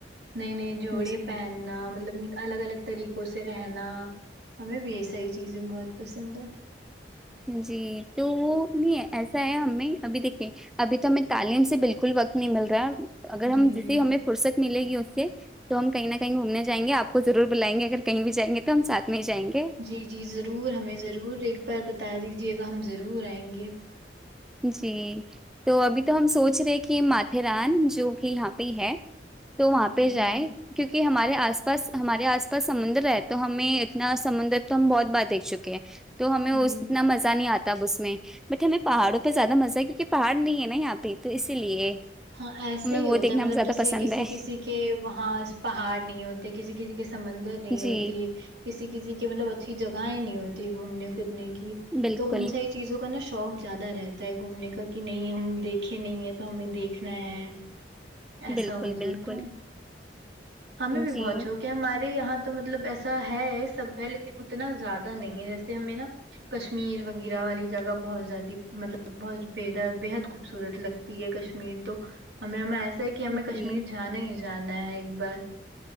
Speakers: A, on the right; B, in the centre.
A: نئی نئی جوڑے
B: جی
A: پہننا مطلب الگ الگ طریقوں سے رہنا ہمیں بھی یہ ساری چیزیں بہت پسند ہے
B: جی تو وہ نہیں ہے ایسا ہے ہمیں ابھی دیکھے ابھی تو ہمیں تعلیم سے بالکل وقت نہیں مل رہا ہے اگر ہم
A: جی
B: جسے
A: جی
B: ہمیں فرصت ملے گی اس سے تو ہم کہیں نہ کہیں گھوم نے جائیں گے آپ کو ضور بلائیں گے اگر کہیں بھی جاینگے تو ہم ساتھ میں جاینگے
A: جی جی ضرور ہمیں ضرور ایک بار بتا دیجیے گا ہم ضرور آئیں گے
B: جی تو ابھی تو ہم سوچ رہے کہ ماتاتران جو کہ یہاں پہ ہی ہے تو وہاں پہ
A: جی،
B: جائے
A: جی،
B: کیونکہ ہمارے آس پاس ہمارے آس پاس سمندر ہے تو ہمیں اتنا سمندر تو ہم بہت بار دیکھ چکے ہیں تو ہمیں اتنا
A: جی، جی۔
B: مزہ نہیں آتا اس اس میں بٹ ہمیں پہاڑوں پہ زیادہ مزہ ہے کیونکہ پہاڑ نہیں ہے نا یہاں پہ تو اسی لیے
A: ہاں ایسا
B: ہمیں
A: ہی
B: وہ
A: ہوتا
B: دیکھنا
A: ہے مطلب
B: زیادہ
A: جیسے
B: پسند
A: کسی
B: ہے
A: کسی کے وہاں پہاڑ نہیں ہوتے کسی کسی کے سمندر نہیں ہوتی
B: جی
A: کسی کسی کی مطلب اچھی جگہیں نہیں ہوتی گھومنے پھرنے کی
B: بالکل
A: تو ان س چیزوں کا نا شوق زیادہ رہتا ہے گھومنے کا کہ نہیں ہم دیکھے نہیں ہے تو ہمیں دیکھ میں ایسا
B: بالکل
A: ہو جاتا
B: بالکل
A: ہے ہمیں بھی
B: جی
A: بہت شوک کہ ہمارے یہاں تو مطلب ایسا ہے سب ہے لیکن اتنا زیادہ نہیں ہے جیسے ہمیں نا کشمیر وغیرہ والی جگہ بہت زیادہ مطلب بہت بے بےحد خوبصورت لگتی پ ہے کشمیر تو ہمیں ہمیں ایسا ہے کہ ہمیں کشمیر
B: جی
A: جانا ہی جانا ہے ایک بار